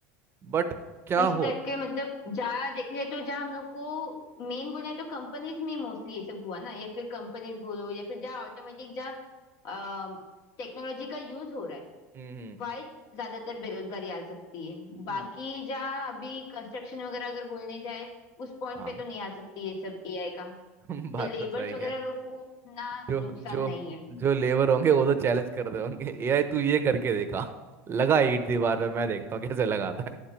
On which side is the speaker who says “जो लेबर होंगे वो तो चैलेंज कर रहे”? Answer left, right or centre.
Right